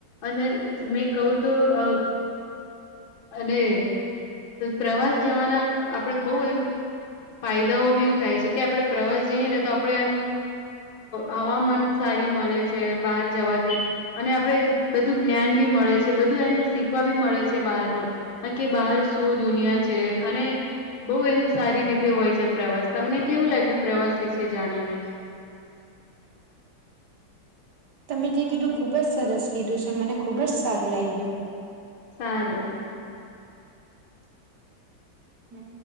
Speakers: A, on the left (about 80°); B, on the right (about 55°).
A: અને મેં કહું તો અ અને પ્રવાસ જવાના આપડે બહુ એમ ફાયદાઓ બી થાય છે, કે આપડણે પ્રવાસ જઈએ ને તો આપડણે એમ અ હવામાન સારી મળે છે, બહાર જવાથી અને આપડે બધું જ્ઞાન ભી મળે છે, બધું એમ શીખવા બી મળે છે બહારનું હ કે બહાર શું દુનિયા છે અને બઉ એમ સારી રીતે હોય છે, પ્રવાસ તમને કેવું લાગ્યું પ્રવાસ વિશે જાણીને?
B: તમે જે કીધું ખુબ જ સરસ કીધું છે, મને ખુબ જ સારું લાગ્યું
A: સારું
B: હમ્મ,